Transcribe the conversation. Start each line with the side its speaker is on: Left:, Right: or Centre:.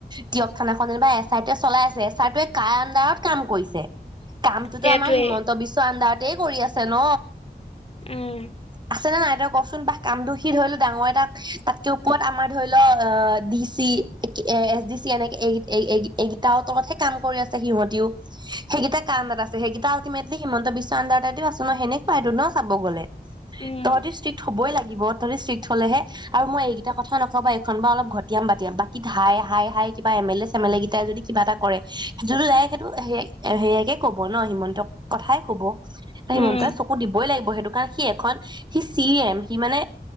Right: টিয়ক থানাখনে বা এছ আই টোৱে চলাই আছে এছ আৰ টোৱে কাৰ আণ্ডাৰত কাম কৰিছে। কামটোতো
Left: সেইটোৱে
Right: আমাৰ হিমন্ত বিশ্ব আন্দাৰত। তেই কৰি আছে ন।
Left: উম,
Right: আছেনে নাই তই কচোন বা কাম দুষিত হলে ডাঙৰ এটাক তাতকে ওপৰত আমাৰ ধৰি ল অ D C A S D C এনেকে এই এই সেইকিটাহঁতৰ মতেহে কাম কৰি আছে সিহঁতিও সেইকেইটা কাৰ আন্দাৰত আছে সেইকেইটা আল্টিমেটলি হিমন্ত বিশ্ব আন্দাৰতে আছ ন সেনেক পাইদো ন চাব গ'লে
Left: উম,
Right: তহঁতি ষ্ট্ৰিক্ট হ'বই লাগিব তহঁতি ষ্ট্ৰিক্ট হ'লেহে আৰু মই এইকেইটা কথা নকবা এইখন বা অলপ ঘ তিয়াম বাাতিয়াম বাকী হাই হাই হাই কিবা এম এল এ চেমেলে কেইটাই যদি কিবা এটা কৰে জুনে নাই সেইটো সেয়াই সেয়াইকে ক'ব ন হিমন্ত কথাই কব হিমন্তই
Left: উম,
Right: চকু দিবই লাগিব সেইটো কাৰণে সি এক খন সি চি এম সি মানে